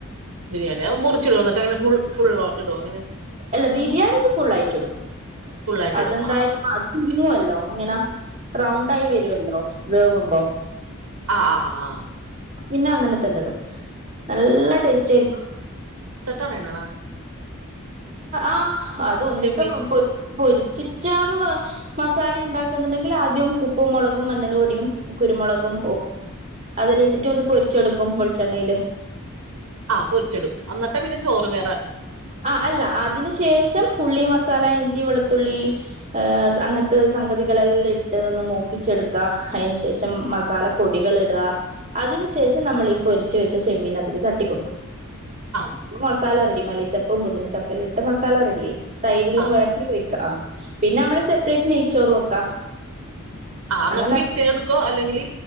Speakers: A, on the right; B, on the right.
A: ബിരിയാണി മുറിച്ചിടു എന്നിട്ട് അനുൾ ഫുൾ ഇടോ അങ്ങനെ
B: അല്ല ബിരിയാണിക്ക് ഫുൾ ആയിട്ട ഇടും
A: ഫുള്ളായിട്ട്
B: അതെന്തായുംീണുവല്ലോ
A: ഇടും ആ
B: ഇങ്ങനെ റൗണ്ട ആായി വരുമല്ലോ വേവ വ
A: ആ ആ ആ ആ
B: പിന്നെ അങ്ങനെ തന്നെ ഇടും നല്ല ടേസ്റ്റ് ആയിരിക്കും
A: ഇ താനണ
B: ആ അതൊന്നിക്ക
A: ചെമ്മീൻ
B: പൊരിച്ചിട്ടാന്ന് മസാല ഉണ്ടാക്കുന്നുണ്ടെങ്കിൽ ആദ്യം ഉപ്പും മുളകും മഞ്ഞൾപൊടിയും കുരുമുളകും അതില ഇട്ടിട്ട് ഒന്ന് പൊരിച്ചെടുക്കും വെളിച്ചെണ്ണയില്
A: ആപൊരിച്ചെടുക്കും എന്നിട്ടാ പിന്നെ ചോറ് വേറെ
B: ആ അല്ല അതിനു ശേഷം ഉള്ളി മസാല ഇഞ്ചി വെളുത്തുള്ളി ഏ അങ്ങനത്തെ സംഗതികളെല്ലാം ഇട്ട് ഒന്ന് മൂപ്പിച്ചെടുക്കാ അതിനന് ശേഷം മസാല പൊടികൾ ഇടുക അതിനു ശേഷം നമ്മൾീ പൊരിച്ച് വെച്ച ചെമ്മീൻ അതില് തട്ടിൊടുക്കും
A: ആ
B: അ സാല ഡ മി ചപ്പും പൊത്തിനചപ്പും അപ്പലിട്ട് മസാല റെഡി ആായി തൈര്ല്ലാം
A: ആ
B: വേണമെങ്കിൽ
A: ആ
B: വയ്ക്കാം ആ പിന്നെ നമ്മള് സെപ്പറേറ്റ് നെയ്ച്ചോറ വെക്കാ
A: ആ എന്നിട്ട്
B: അങ്ങനെ
A: മിക്സ് ചെയ്തെടുക്കോ അല്ലെങ്കില്